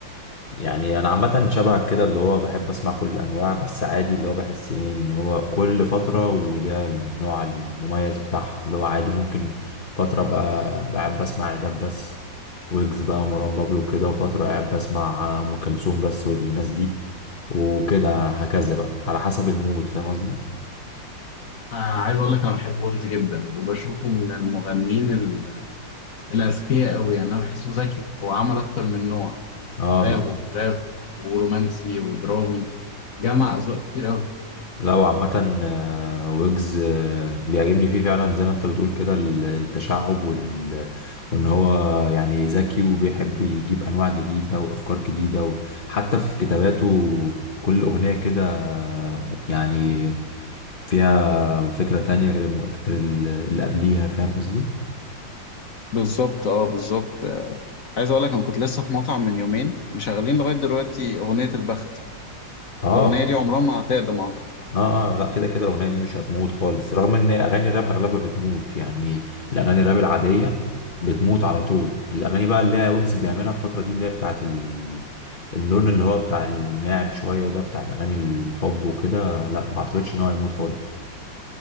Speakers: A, on the left; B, on the left.
A: يعني انا عامه شبهك كده اللي هو بحب اسمع كل الانواع بس عادي اللي هو بحس ايه ان هو كل فتره وليها النوع المميز بتاعها اللي هو عادي ممكن فتره ابقى قاعد بسمع الراب بس ويجز بقى ومروان بابلو كده وفتره قاعد بسمع ام كلثوم بس والناس دي وكده هكذا بقى على حسب المود فاهم قصدي
B: آه عايز اقول لك انا بحب ويلز جدا وبشوفه من المغنيين ال- الاذكياء قوي يعني انا بحسه ذكي هو عمل اكتر من نوع
A: اه
B: راب وتراب ورومانسي ودرامي جمع اذواق كتير قوي
A: لا وعامة آه، ويجز آه، بيعجبني فيه فعلا زي ما انت بتقول كده ال- التشعب وال... وان هو يعني ذكي وبيحب يجيب انواع جديدة وافكار جديدة وحتى في كتاباته كل اغنية كده آه، يعني فيها فكرة تانية غير الم- غير ال- اللي قبليها فاهم قصدي؟
B: بالظبط اه بالظبط عايز اقول لك انا كنت لسه في مطعم من يومين مشغلين لغايه دلوقتي اغنيه البخت
A: اه
B: الاغنيه دي عمرها ما هتقدم اعتقد
A: اه اه لا كده كده الاغنيه دي مش هتموت خالص رغم ان اغاني الراب اغلبها بتموت يعني الاغاني الراب العاديه بتموت على طول الاغاني بقى اللي هي ويجز بيعملها الفتره دي اللي هي بتاعت ال... اللون اللي هو بتاع الناعم شويه ده بتاع اغاني الحب وكده لا ما اعتقدش ان هو هيموت خالص